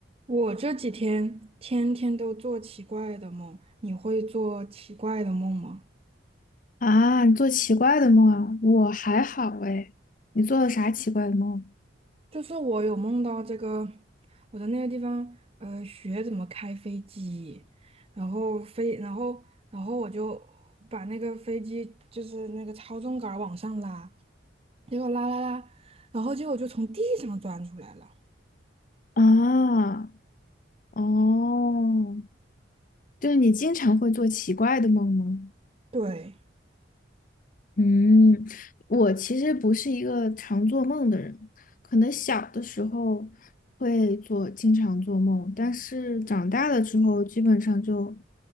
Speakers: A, on the right (about 30°); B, on the left (about 40°).
A: 我这几天天天都做奇怪的梦，你会做奇怪的梦吗？
B: 啊，你做奇怪的梦啊？我还好哎，你做了啥奇怪的梦？
A: 就是我有梦到这个，我在那个地方，呃，学怎么开飞机，然后飞，然后，然后我就把那个飞机就是那个操纵杆儿往上拉，结果拉拉拉，然后结果就从地上钻出来了。
B: 啊，哦，就是你经常会做奇怪的梦吗？
A: 对，
B: 嗯，我其实不是一个常做梦的人，可能小的时候会做，经常做梦，但是长大了之后基本上就